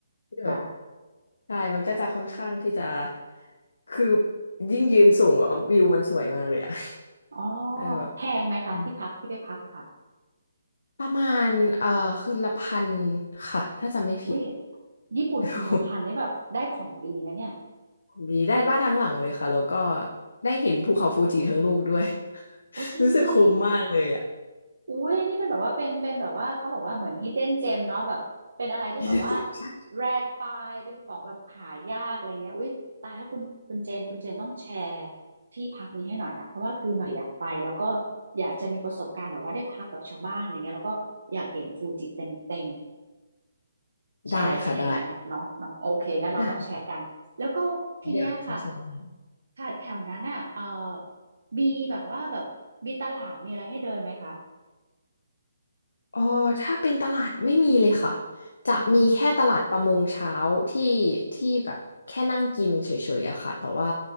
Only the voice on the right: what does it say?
ค่ะ
อ๋อ
แพงไหมคะที่พักที่ไปพักอะค่ะ
อุ้ยญี่ปุ่นคืนละพันนี่แบบได้ของดีนะเนี่ย
โอ้จริงดิ
อุ้ยอันนี้เป็นแบบว่าเป็นเป็นแบบว่าเขาบอกว่าเหมือน hidden gem เนาะแบบเป็นอะไรที่แบบว่า
rare find เป็นของแบบหายากอะไรเงี้ยอุ้ยตายแล้วคุณคุณเจนคุณเจนต้องแชร์ที่พักนี้ให้หน่อยนะเพราะว่าคือหน่อยอยากไปแล้วก็อยากจะมีประสบการณ์แบบว่าได้พักกับชาวบ้านอะไรเงี้ยแล้วก็อยากเห็นฟูจิเต็มเต็ม แชร์ได้ไหมเนี่ยอย่างเงี้ยเนาะเนาะโอเคงั้นเราต้องแชร์กันแล้วก็ทีเนี้ยค่ะ
ค่ะแถวนั้นอ่ะเออมีแบบว่าแบบมีตลาดมีอะไรให้เดินไหมคะ
อืม